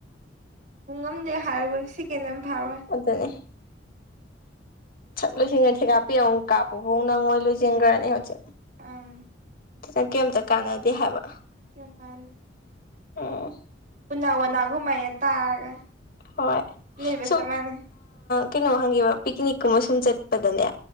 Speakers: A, on the right; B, on the left.
A: ꯄꯨꯡ ꯉꯝꯗꯦ ꯍꯥꯏꯔꯒꯅ ꯁꯦꯀꯦꯟ ꯑꯃ ꯐꯥꯔꯣꯏ
B: ꯑꯗꯨꯗꯅꯦ ꯁꯛ ꯂꯣꯏꯁꯤꯟꯉ ꯊꯦꯀꯥꯄꯤ ꯑꯃꯨꯛ ꯀꯥꯞꯄꯐꯥꯎ ꯅꯪ ꯃꯣꯏ ꯂꯣꯏꯁꯤꯟꯈ꯭ꯔꯅꯤ ꯍꯧꯖꯤꯛ
A: ꯑꯥ
B: ꯅ ꯀꯩꯝꯇ ꯀꯥꯟꯅꯗꯦ ꯍꯥꯏꯕ
A: ꯏ ꯀꯥꯟꯗ
B: ꯑ
A: ꯎꯅꯥ ꯎꯅꯥꯒꯨꯝ ꯃꯅ ꯇꯥꯔꯒ
B: ꯍꯣꯏ
A: ꯂꯩꯕ
B: ꯁꯨꯝ
A: ꯆꯞ ꯃꯥꯟꯅꯩ
B: ꯀꯩꯅꯣꯝ ꯍꯪꯉꯦꯕ ꯄꯤꯛꯅꯤꯛꯀꯨꯝꯕ ꯁꯨꯝ ꯆꯠꯄꯗꯅꯦ